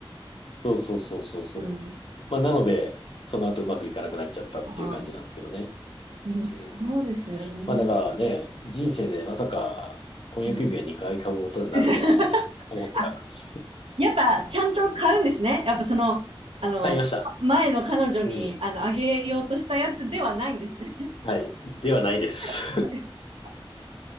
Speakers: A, on the left; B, on the right.
A: そうそうそうそうそう。
B: うん。
A: まあ、なので、その後うまくいかなくなっちゃったっていう感じなんですけどね。
B: ああ。まあ、そうですよね。
A: うん。まあ、だからね、人生でまさか婚約指輪2回買うことになるとは思ってなかった。
B: うん。<laughs> あ、やっぱちゃんと買うんですね。やっぱその、あの、
A: 買いました。
B: 前の彼女にあのあげようとしたやつではないんですね。
A: うん。はい。ではないです。
B: <laughs>